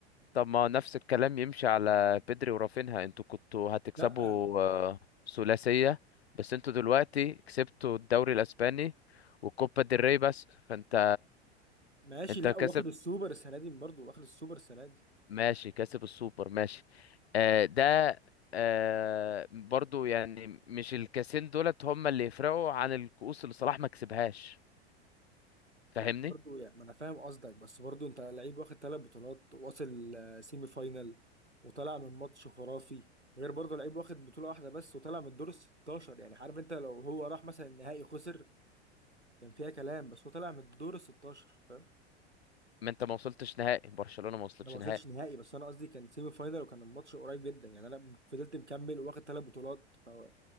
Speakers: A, on the left; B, on the right.
A: طب ما نفس الكلام يمشي على بيدري ورافينها انتوا كنتوا هتكسبوا
B: لا
A: آه، ثلاثية بس انتوا دلوقتي كسبتوا الدوري الاسباني وكوبا ديل ري بس فانت
B: ماشي
A: انت
B: لا
A: كسب
B: واخد السوبر السنه دي برضو واخد السوبر السنه دي
A: ماشي كسب السوبر ماشي آه ده آه برضو يعني مش الكاسين دولت هم اللي يفرقوا عن الكؤوس اللي صلاح ما كسبهاش فاهمني
B: لا برضو يعني ما انا فاهم قصدك بس برضو انت لعيب واخد ثلاث بطولات واصل آه، سيمي فاينال وطلع من ماتش خرافي غير برضو لعيب واخد بطولة واحدة بس وطلع من الدور ال 16 يعني عارف انت لو هو راح مثلا النهائي خسر كان فيها كلام بس هو طلع من الدور ال 16 فاهم
A: ما انت ما وصلتش نهائي برشلونة ما وصلتش
B: انا ما وصلتش
A: نهائي
B: نهائي بس انا قصدي كان سيمي فاينال وكان الماتش قريب جدا يعني انا فضلت مكمل وواخد ثلاث بطولات فهو